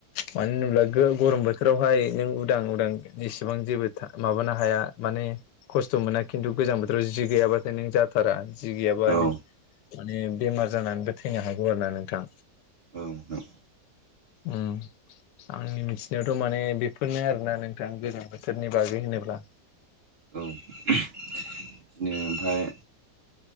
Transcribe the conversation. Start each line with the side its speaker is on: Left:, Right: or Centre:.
Left: मानो होनोब्ला गो गरम बोथोरावहाय नों उदां -उदां जेसेबां जेबो माबानो हाया माने खस्थ' मोना खिन्थु गोजा बोथोराव जि गैयाबाथाय नों जाथारा जि गैयाबा
Right: औ
Left: नों
Right: औ
Left: माने बेमार जानानैबो थैनो हागौ आरो ना नोंथां।
Right: ओं <unintelligible>
Left: उम आंनि मिथिनायावथ' माने बेफोरनो आरोना नोंथां गोजां बोसोरनि बागै हिनोल्बा
Right: औ बिदिनो ओमफ्राय